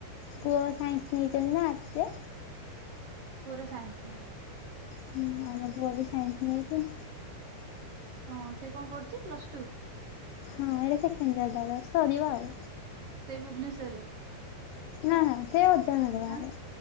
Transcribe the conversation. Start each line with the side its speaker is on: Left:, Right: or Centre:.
Left: ପୁଅ ସାଇନ୍ସ ନେଇଛନ୍ତି ନା ଆର୍ଟସରେ
Right: ପୁଅର ସାଇନ୍ସ ହଁ।
Left: ହୁଁ ଆମ ପୁଅବି ସାଇନ୍ସ ନେଇଛି।
Right: ହଁ ସେ କଣ ପଡୁଛି ପ୍ଲସ ଟୁ!
Left: ହଁ ଏଇଟା ସେକେଣ୍ଡ ଇଅର୍ ତାର ସରିବା ଆଉ।
Right: ସେ ଭୁବନେଶ୍ୱରରେ।
Left: ନା ସେ ଅଜା ଘର
Right: ଆଁ
Left: ଆଡେ